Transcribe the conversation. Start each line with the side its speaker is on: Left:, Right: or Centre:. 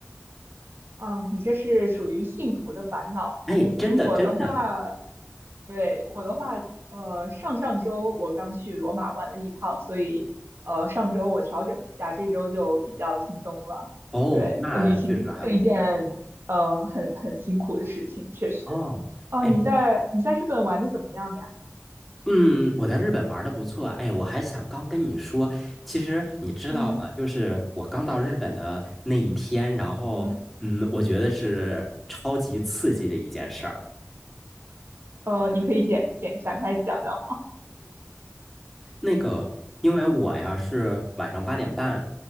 Right: 啊，你这是属于幸福的烦恼。
Centre: 哎，真的真的，
Right: 我的话，对，我的话，呃，上上周我刚去罗马玩了一趟，所以呃，上周我调整一下，这周就比较轻松了。
Centre: 哦，
Right: 对，
Centre: 那确实还不错
Right: 呃旅行是一件嗯、呃很很辛苦的事情，确实。
Centre: 哦。
Right: 哦、
Centre: 哎
Right: 你在你在日本玩的怎么样呀？
Centre: 嗯，我在日本玩的不错。哎，我还想刚跟你说，其实你知道吗？
Right: 嗯
Centre: 就是我刚到日本的那一天，然后嗯，
Right: 嗯。
Centre: 我觉得是超级刺激的一件事儿。
Right: 呃，你可以简简展开讲讲吗？
Centre: 那个，因为我呀是晚上八点半